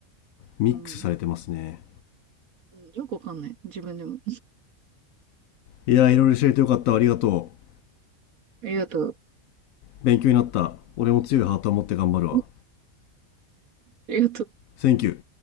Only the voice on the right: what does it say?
うん。うんよくわかんない。自分でも。
ありがとう。
ありがとう。